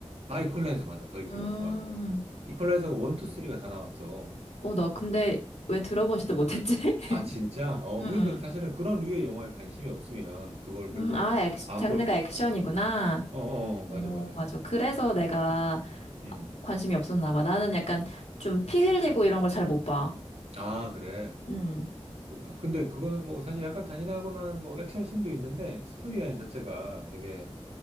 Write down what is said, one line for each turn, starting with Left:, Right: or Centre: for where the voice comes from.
Right: 아, 이퀄라이저 맞다. 더 이퀄라이저.
Left: 음,
Right: 맞아, 맞아. 이퀄라이저가 원, 투, 쓰리가다 나왔어.
Left: 어, 나 근데 왜 들어보지도
Right: 음.
Left: 못했지? <laughs>
Right: 아, 진짜? 어,
Left: 음,
Right: 근데 사실은 그런 류의 영화에 관심이 없으면 그걸 별로
Left: 음, 아, 액,
Right: 안
Left: 장르가
Right: 볼 수도
Left: 액션이구나.
Right: 있어. 어, 어, 어, 맞아,
Left: 오,
Right: 맞아.
Left: 맞아. 그래서 내가
Right: 음,
Left: 관심이 없었나 봐. 나는 약간
Right: 음.
Left: 좀 피 흘리고 이런 걸 잘 못 봐.
Right: 아, 그래.
Left: 음,
Right: 그렇구나. 근데 그거는 뭐 사실 약간 잔인하거나 뭐 액션 씬도 있는데 스토리라인 자체가 되게